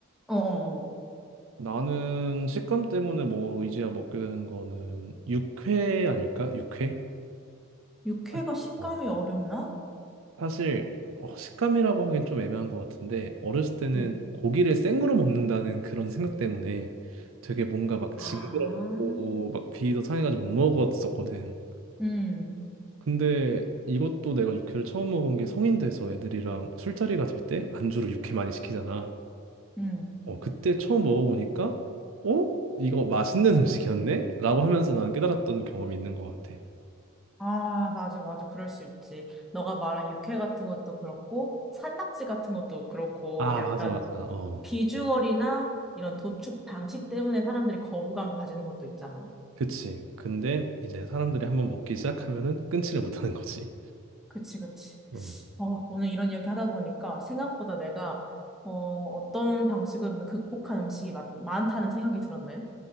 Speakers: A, in the centre; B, on the right (about 70°).
A: 어어어.
B: 나는 식감 때문에 뭐 이제야 먹게 되는 거는 육회 아닐까? 육회?
A: 육회가
B: 사실
A: 식감이
B: 어,
A: 어렵나?
B: 사실 어, 식감이라고 하긴 좀 애매한 것 같은데 어렸을 때는
A: 응.
B: 고기를 생으로 먹는다는 그런 생각 때문에 되게 뭔가 막
A: 아,
B: 징그럽고 막 비위도 상해가지고 못 먹었었거든.
A: 음,
B: 근데 이것도 내가 육회를 처음 먹은 게 성인 돼서 애들이랑 술자리 가질 때 안주로 육회 많이 시키잖아.
A: 음.
B: 어, 그때 처음 먹어보니까 어? 이거 맛있는 음식이었네? 라고 하면서 나는 깨달았던 경험이 있는 것 같아.
A: 아, 맞아, 맞아. 그럴 수 있지. 너가 말한 육회 같은 것도 그렇고, 산낙지 같은 것도 그렇고,
B: 아,
A: 약간
B: 맞아, 맞아. 어.
A: 비주얼이나 이런 도축 방식 때문에 사람들이 거부감을 가지는 것도 있잖아.
B: 그치. 근데 이제 사람들이 한번 먹기 시작하면은 끊지를 못하는 거지.
A: 그치, 그치.
B: 음.
A: 어, 오늘 이런 이야기 하다 보니까 생각보다 내가 어, 어떤 방식으로든 극복한 음식이 많, 많다는 생각이 들었네.